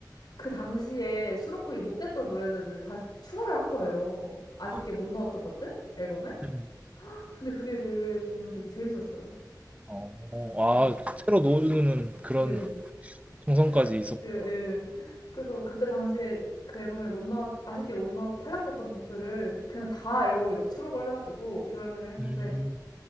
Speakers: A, on the left; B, on the right.
A: 그 당시에 수록곡이 못 됐던 노래들을 다 추가를 한 거예요. 아쉽게
B: 아,
A: 못 넣었던 것들 앨범에.
B: 네.
A: 근데 그게 되게 저는 되게 재밌었어요.
B: 어,
A: 음,
B: 아 새로 넣어주는 그런
A: 네네.
B: 정성까지
A: 약간
B: 있었구나.
A: 예 예. 그래서 그때 당시에 그 앨범에 못 넣었 아쉽게 못 넣었 탈락됐던 곡들을 그냥 다 앨범에 넣- 수록을 해가지고 재발매를 했는데
B: 음,